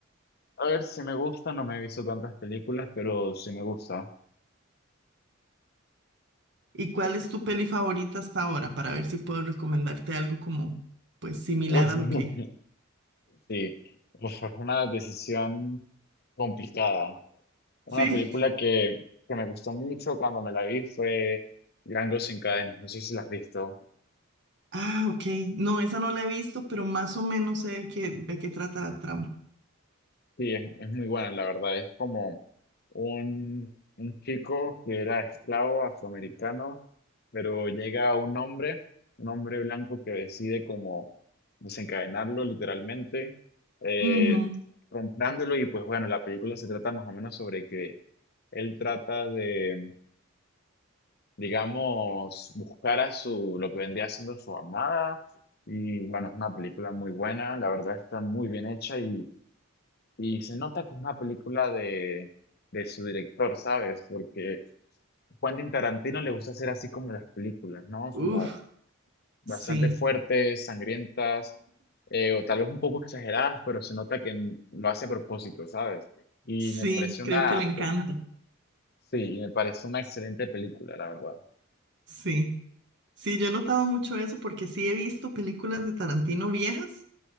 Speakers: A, on the left; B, on the right.
A: A ver, si me gusta, no me he visto tantas películas, pero sí me gusta.
B: ¿Y cuál es tu peli favorita hasta ahora? Para ver si puedo recomendarte algo como pues similar
A: Pues,
B: a
A: <laughs>
B: lo que...
A: sí, pues fue una decisión complicada. Una
B: Sí.
A: película que, que me gustó mucho cuando me la vi fue Django sin cadenas. No sé si la has visto.
B: Ah, ok. No, esa no la he visto, pero más o menos sé de qué, de qué trata la trama.
A: Sí, es, es muy buena, la verdad. Es como un, un chico que era esclavo afroamericano, pero llega un hombre, un hombre blanco que decide como desencadenarlo literalmente, eh,
B: Ujú.
A: comprándolo y pues bueno, la película se trata más o menos sobre que él trata de, digamos, buscar a su, lo que vendría siendo su amada. Y bueno, es una película muy buena, la verdad está muy bien hecha y y se nota que es una película de, de su director, ¿sabes? Porque Quentin Tarantino le gusta hacer así como las películas, ¿no? Como
B: Uf,
A: bastante
B: sí.
A: fuertes, sangrientas, eh, o tal vez un poco exageradas, pero se nota que n- lo hace a propósito, ¿sabes? Y
B: Sí,
A: me parece una,
B: creo que le encanta.
A: eh, sí, y me parece una excelente película, la verdad.
B: Sí, sí, yo he notado mucho eso porque sí he visto películas de Tarantino viejas,